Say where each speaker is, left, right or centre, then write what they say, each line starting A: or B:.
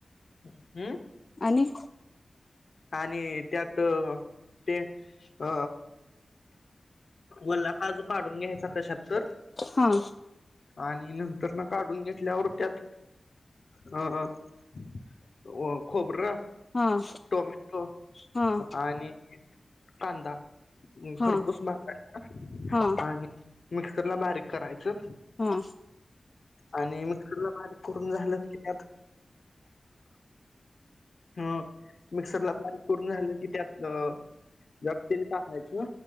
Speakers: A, on the left (about 65°); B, on the left (about 40°).
A: हम्म
B: आणि
A: आणि त्यात ते अ. वल्ला काजू काढून घ्यायचा कशात तर.
B: हा.
A: आणि नंतर ना. काढून घेतल्यावर त्यात अ खोबरं.
B: हा.
A: टोमॅटो
B: हा
A: आणि कांदा.
B: हा
A: खरपूस मारायचा
B: हा
A: आणि मिक्सर ला बारीक करायचं.
B: हा.
A: आणि मिक्सरला बारीक करून झालं त्यात ह मिक्सरला फारीक करून झालं की त्यात जर तिल टा खायच ना.